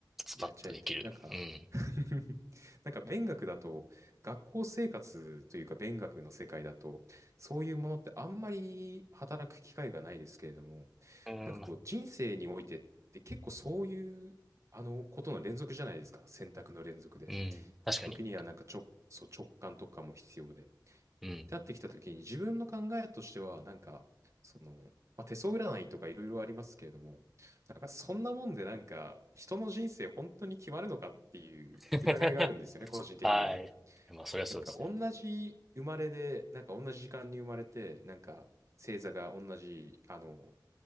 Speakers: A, in the centre; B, on the right.
A: スパッとできる。
B: やっちゃえて、なんか、
A: うん。
B: <laughs> なんか勉学だと、学校生活というか勉学の世界だと、そういうものってあんまり働く機会がないですけれども、
A: うん。
B: なんかこう人生においてって結構そういう、あの、ことの連続じゃないですか。選択の連続で。
A: うん。確かに。
B: 時にはなんかちょ、そう直感とかも必要で。
A: うん。
B: ってなってきたときに、自分の考えとしては、なんか、その、まあ、手相占いとかいろいろありますけれども、なんかそんなもんでなんか、人の人生本当に決まるのかっていう疑いがあるんですよね、
A: <laughs>
B: 個人的には。
A: はい。まあ、そりゃそうですね。
B: なんか同じ生まれで、なんか同じ時間に生まれて、なんか星座が同じ、あの、